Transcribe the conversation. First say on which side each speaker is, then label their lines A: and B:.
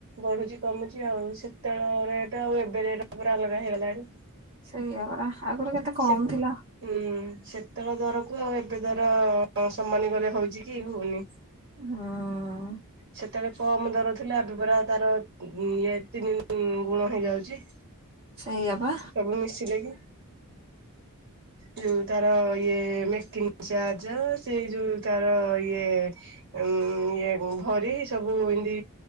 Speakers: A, on the right (about 55°); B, on the right (about 35°).
A: ବଢୁଛି କମୁଛି ଆଉ ସେତେଳ ରେଟ୍ ଆଉ ଏବେ ରେଟ ପୁରା ଅଲଗା ହେଇଗଲାଣି।
B: ସେଇୟା ପରା ଆଗରୁ କେତେ କମ
A: ସେ ହୁଁ
B: ଥିଲା
A: ସେ ସେତେଳ ଦରକୁ ଆଉ ଏବେ ଦର ସମାନି କଲେ ହଉଛି କି ହଉନି।
B: ହଁ।
A: ସେତେବେଳେ କମ ଦର ଥିଲା ଏବେ ପରା ତାର ଇ ତିନି ଗୁଣ ହେଇଯାଉଛି।
B: ସେଇଆ ବା
A: ସବୁ ମିଶିଲେ କି। ଯୋଉ ତାର ଇଏ ମେକିଙ୍ଗି ଚାର୍ଜ ସେ ଯୋଉ ତାର ଇଏ ଉ ଇଏ ଭରି ସବୁ ଏମତି